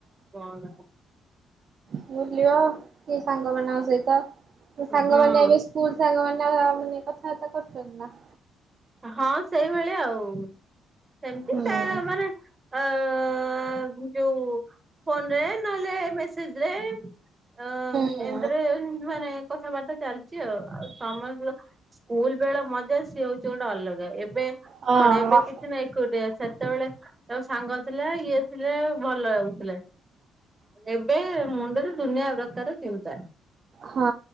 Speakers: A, on the right (about 25°); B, on the right (about 50°).
A: କଣ
B: ବୁଲିବା କି ସାଙ୍ଗ ମାନଙ୍କ ସହିତ ସାଙ୍ଗମାନେ
A: ହଁ
B: ଏବେ ସ୍କୁଲ ସାଙ୍ଗମାନେ କଥାବାର୍ତ୍ତା କରୁଛନ୍ତି ନା?
A: ହଁ ସେଇଭଳି ଆଉ ସେମିତି
B: ହୁଁ
A: ସେ ମାନେ ଅଁ ଯୋଉ ଫୋନରେ ନହେଲେ ମେସେଜ ରେ ଆଁ
B: ହୁଁ
A: ଏନ୍ତରେ ମାନେ କଥାବାର୍ତ୍ତା ଚାଲିଛି ଆଉ ଆଉ ସମସ୍ତ ସ୍କୁଲ ବେଳେ ମଜା ସିଏ ହଉ ଯୋଉଟା ଅଲଗା ଏବେ
B: ହଁ।
A: କଣ ଏବେ କିଛି ନା ଏକୁଟିଆ ସେତେବେଳେ ତାଉ ସାଙ୍ଗ ଥିଲା ଇଏ ଥିଲେ ଭଲ ଲାଗୁଥିଲେ ଏବେ ମୁଣ୍ଡରେ ଦୁନିଆ ପ୍ରକାର ଚିନ୍ତା।
B: ହଁ